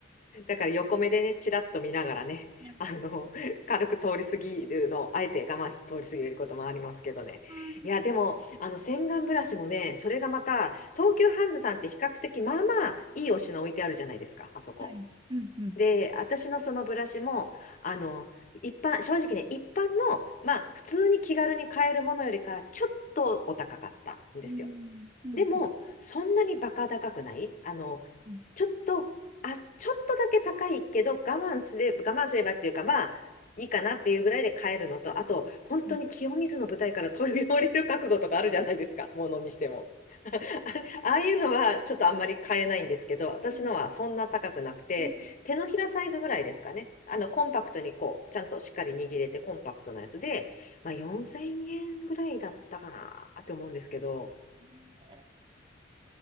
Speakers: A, on the left; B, on the right.
A: だから横目でね、ちらっと見ながらね、
B: かに。
A: あの、<laughs> 軽く通り過ぎるのを、あえて我慢して通り過ぎることもありますけどね。
B: は
A: いや、でも、あの、洗顔ブラシもね、それがまた、東急ハンズさんって比較的、まあまあ、いいお品置いてあるじゃないですか、あそこ。
B: いはいうんうん。
A: で、私のそのブラシも、あの、一般、正直ね、一般の、まあ、普通に気軽に買えるものよりか、ちょっとお高かったんですよ。
B: うんうんうん
A: でも、そんなにバカ高くないあの、
B: うん
A: ちょっと、あ、ちょっとだけ高いけど、我慢すれば、我慢すればっていうか、まあ、いいかなっていうぐらいで買えるのと、あと、本当に清水の舞台から飛び降りる覚悟とかあるじゃないですか、
B: うん
A: ものにしても。<laughs> ああいうのはちょっとあんまり買えないんですけど、私のはそんな高くなくて、
B: うんうん
A: 手のひらサイズぐらいですかね。あの、コンパクトにこう、ちゃんとしっかり握れてコンパクトなやつで、まあ4000円ぐらいだったかなって思うんですけど、
B: えー